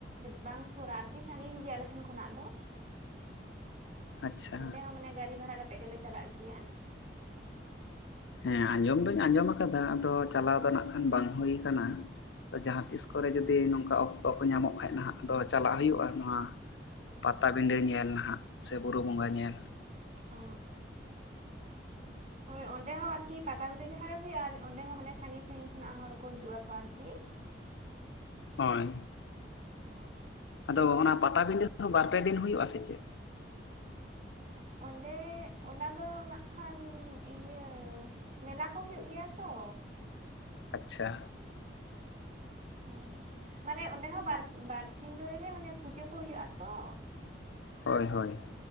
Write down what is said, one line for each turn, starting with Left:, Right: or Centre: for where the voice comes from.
Right: ᱵᱟᱝ ᱥᱩᱨᱟ ᱟᱨᱠᱤ ᱥᱟᱹᱜᱤᱧ ᱜᱮᱭᱟ ᱟᱞᱮ ᱴᱷᱮᱱ ᱠᱷᱚᱱᱟᱜ ᱫᱚ
Left: ᱟᱪᱪᱷᱟ
Right: ᱚᱸᱰᱮ ᱦᱚᱸ ᱢᱟᱱᱮ ᱜᱟᱹᱲᱤ ᱵᱷᱟᱲᱟ ᱠᱟᱛᱮᱜ ᱜᱮᱞᱮ ᱪᱟᱞᱟᱜ ᱜᱮᱭᱟ।
Left: ᱦᱮᱸ ᱟᱸᱡᱚᱢ ᱫᱩᱧ ᱟᱸᱡᱚᱢ ᱟᱠᱟᱫᱟ ᱟᱫᱚ ᱪᱟᱞᱟᱣ ᱫᱚ ᱱᱟᱜ ᱠᱷᱟᱱ ᱵᱟᱝ ᱦᱩᱭ ᱠᱟᱱᱟ ᱛᱚ ᱡᱟᱦᱟᱸ ᱛᱤᱥ ᱠᱚᱨᱮ ᱡᱩᱫᱤ ᱱᱚᱝᱠᱟ ᱚᱠ ᱛᱚ ᱠᱚ ᱧᱟᱢᱚᱜ ᱠᱷᱟᱡ ᱱᱟᱦᱟᱸᱜ ᱟᱫᱚ ᱪᱟᱞᱟᱜ ᱦᱩᱭᱩᱜᱼᱟ ᱱᱚᱣᱟ ᱯᱟᱛᱟᱵᱤᱰᱟᱹ ᱧᱮᱞ ᱱᱟᱦᱟᱸᱜ ᱥᱮ ᱵᱩᱨᱩ ᱵᱚᱸᱜᱟ ᱧᱮᱞ।
Right: ᱚᱻ ᱦᱳᱭ ᱚᱸᱰᱮ ᱦᱚᱸ ᱟᱨᱠᱤ ᱯᱟᱴᱟᱵᱤᱰᱟᱹ ᱡᱟᱦᱟᱸᱨᱮ ᱦᱩᱭᱩᱜ-ᱟ ᱟᱨ ᱚᱸᱰᱮ ᱦᱚᱸ ᱢᱟᱱᱮ ᱥᱟᱺᱜᱤᱧ ᱥᱟᱺᱜᱤᱧ ᱠᱷᱚᱱᱟᱜ ᱦᱚᱲ ᱠᱚ ᱦᱤᱡᱩᱜ-ᱟ ᱟᱨᱠᱤ <inaudible>
Left: ᱦᱳᱭ
Right: ᱦᱩ <inaudible>
Left: ᱟᱫᱚ ᱚᱱᱟ ᱯᱟᱴᱟᱵᱤᱸᱰᱟᱹ ᱵᱟᱨ ᱯᱮ ᱫᱤᱱ ᱦᱩᱭᱩᱜ-ᱟ ᱥᱮ ᱪᱮᱫ?
Right: ᱚᱸᱰᱮ ᱚᱱᱟ ᱫᱚ ᱱᱟᱜ ᱠᱷᱟᱱ ᱤᱭᱟᱹ ᱢᱮᱞᱟ ᱠᱚ ᱦᱩᱭᱩᱜ ᱜᱮᱭᱟ ᱛᱚ᱾
Left: ᱟᱪᱪᱷᱟ
Right: ᱦᱩᱸ ᱢᱟᱱᱮ ᱚᱸᱰᱮ ᱦᱚᱸ ᱵᱟᱨ ᱵᱟᱨ ᱥᱤᱧ ᱫᱷᱚᱨᱮ ᱜᱮ ᱢᱟᱱᱮ ᱯᱩᱡᱟᱹ ᱠᱚ ᱦᱩᱭᱩᱜ-ᱟ ᱛᱚ
Left: ᱦᱳᱭ ᱦᱳᱭ